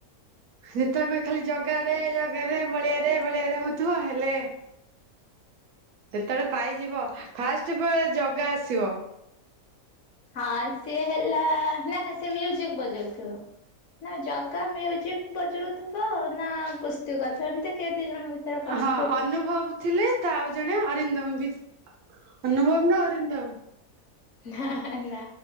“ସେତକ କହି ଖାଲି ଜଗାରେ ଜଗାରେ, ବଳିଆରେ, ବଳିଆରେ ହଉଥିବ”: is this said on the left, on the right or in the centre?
Right